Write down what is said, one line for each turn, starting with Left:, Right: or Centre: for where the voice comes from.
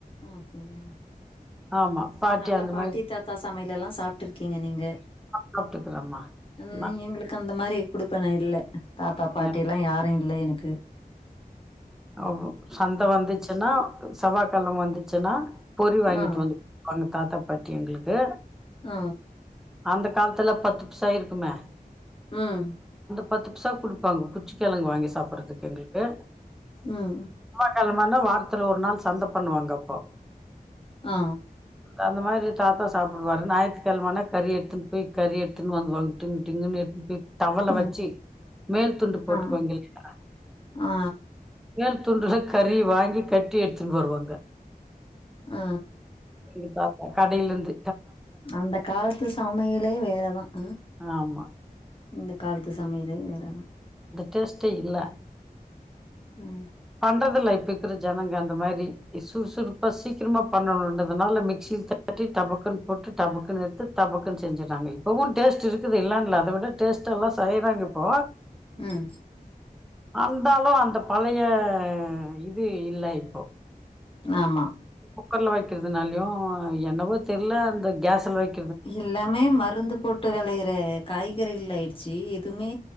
Left: அப்படியா
Centre: ஆமா.
Left: நல்லா
Centre: அந்த
Left: பாட்டி
Centre: மாரி
Left: தாத்தா சமையல எல்லா சாப்பிட்டு இருக்கீங்க நீங்க
Centre: சாப்பிட்டுக்கிறேம்மா.
Left: உம்
Centre: நான்
Left: எங்களுக்கு அந்த மாரி கொடுப்பன இல்ல தாத்தா
Centre: இல்ல.
Left: பாட்டி எல்லா யாரு இல்லை எனக்கு
Centre: ஓ சந்த வந்துச்சுன்னா செவ்வாகிழம வந்துச்சுன்னா பொறி வாங்கிட்டு
Left: ஆ
Centre: வந்து வா தாத்தப்பாட்டி எங்களுக்கு
Left: ஆ
Centre: அந்த காலத்துல பத்து பீஸா இருக்குமே
Left: உம்
Centre: பத்து பீஸா கொடுப்பாங்க குச்சி கிழங்கு வாங்கி சாப்பிடறதுக்கு எங்களுக்கு
Left: உம்
Centre: காலமானா வாரத்துல ஒரு நாள் சந்த பண்ணுவாங்க அப்போ
Left: ஆ
Centre: அந்த மாரி தாத்தா சாப்பிடுவாரு ஞாயித்துக்கிழமனா கறி எடுத்துன்ட்டு போய் கறி எடுத்துன்னு வந்துவாங்க டிங்கு டிங்கன்ன எடுத்துட்டு போய் டவல்ள
Left: ம்.
Centre: வச்சு மேல் துண்டு போட்டுக்வாங்க
Left: ஆ.
Centre: இல்லையா
Left: ஆ
Centre: மேல் துண்டுல கறி வாங்கி கட்டி எடுத்துன்னு வருவாங்க
Left: ஆ
Centre: இ பாப்பா கடைலிருந்து
Left: அந்த காலத்து சமையலே வேறதா ஆ
Centre: ஆமா
Left: இந்த காலத்து சமயலே வேற
Centre: டேஸ்டே இல்ல
Left: ம்
Centre: பண்றதுல்ல இப்ப இருக்கிற ஜனங்க அந்த மாரி சுறுசுறுப்பா சீக்கிரமா பண்ணுன்றதுனால மிக்சியில் தட்டி டபக்குன்னு போட்டு டபக்குன்னு எடுத்து டபக்குன்னு செஞ்சுட்டாங்க இப்பவும் டேஸ்ட் இருக்குது இல்லாம்ல அத விட டேஸ்ட்லா செய்யறாங்க இப்போ
Left: உம்
Centre: அந்தாலு அந்த பழைய ஆ இது இல்ல இப்போ
Left: ஆமா
Centre: குக்கர்ல வைக்கிறதுனாலயு என்னவோ தெரியில அந்த கேஸ்ல வைக்
Left: எல்லாமே மருந்து போட் டு விளையற காய்கறிகள் ஆயிடுச்சு எதுவுமே